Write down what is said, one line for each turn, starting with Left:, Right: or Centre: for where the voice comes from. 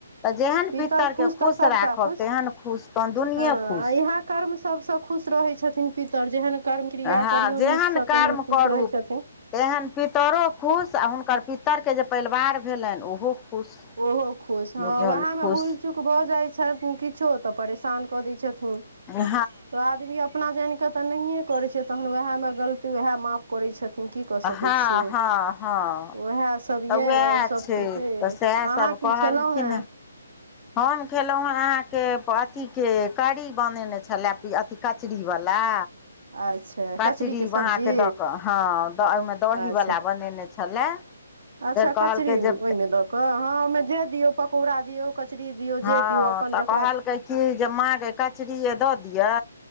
Left: तऽ जेहन
Right: पितर
Left: पितरके खुश
Right: तऽ सभटा
Left: राखब
Right: खुश
Left: तेहन खुश तहन दुनियाँ
Right: हँ
Left: खुश
Right: इएह कर्म सबसँ खुश रहै छथिन पितर जेहन कर्म क्रिया
Left: हँ
Right: करियो
Left: जेहन
Right: नीकसँ
Left: कर्म
Right: तेहन खुश
Left: करू
Right: रहै छथिन
Left: तेहन पितरो खुश आर हुनकर पितरके जे परिवार भेलनि ओहो खुश
Right: ओहो खुश हँ
Left: बुझल
Right: ओह‌एमे
Left: खुश
Right: भूल चुक भय जय छथिन कुछो तऽ परेशान क दै छथिन
Left: हँ
Right: से तऽ नहियए करै छै तहन वएहमे गलती वएह माफ करै छथिन की कऽ
Left: हँ
Right: सकैत छियै
Left: हँ हँ
Right: उएह सब
Left: तऽ
Right: ये
Left: उएह
Right: ओर सब
Left: छै
Right: ठीके यय
Left: तऽ सएह
Right: अहाँ
Left: सभ
Right: की
Left: कहलखिन
Right: खेलहुं हें
Left: हेँ हम खेलहुँ हेँ अहाँके अथीके की कड़ी बनेने छलए अथी कचरीवला
Right: अच्छा
Left: कचरी
Right: कचरीके सब्जी
Left: अहाँके दऽ कऽ हँ ओहिमे दहीवला
Right: अच्छा
Left: बनेने छलए
Right: अच्छा
Left: धरि कहलकै
Right: कचरी ओहिमे
Left: जे
Right: दऽ कऽ हँ ओहिमे जे दियौ पकौड़ा दियौ कचरी दियौ
Left: हँ
Right: जे दियौ अपन
Left: तऽ
Right: ज
Left: कहलकै की जे माँके कचरी दऽ दियै